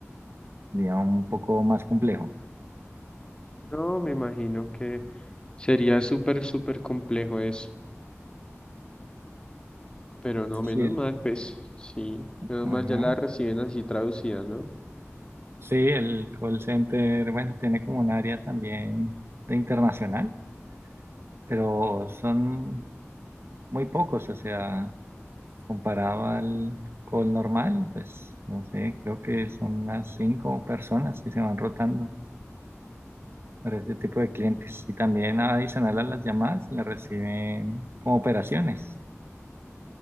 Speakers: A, on the right; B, on the left.
A: sería un poco más complejo.
B: no me imagino que sería súper, súper complejo eso. Pero no, menos
A: Sí, el,
B: mal, pues sí, menos
A: ajá.
B: mal ya la reciben así traducida, ¿no?
A: Sí, el call center, bueno, tiene como un área también de internacional, pero son muy pocos, o sea, comparado al call normal, pues no sé, creo que son unas cinco personas que se van rotando para ese tipo de clientes. Y también adicional a las llamadas, las reciben como operaciones,